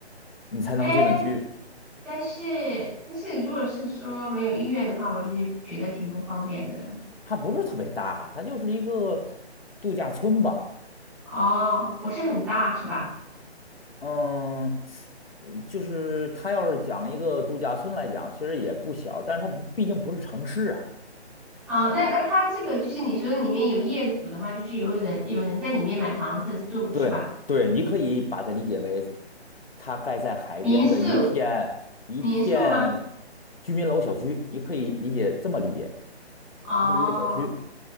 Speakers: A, on the left; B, in the centre.
A: 你才能进得去。
B: 哎，但是但是如果是说没有医院的话，我就觉得挺不方便的。
A: 它不是特别大，它就是一个度假村吧。
B: 哦，不是很大是吧？
A: 嗯，呃就是它要是讲一个度假村来讲，其实也不小，但是它不，毕竟不是城市啊。
B: 哦，那那他这个就是你说里面有业主的话，就是有人有人在里面买房子住是吧？
A: 对对，你可以把它理解为，它盖在海边的一片一片
B: 民宿民宿吗？
A: 居民楼小区，你可以理解这么理解，
B: 哦，
A: 就是一个小区。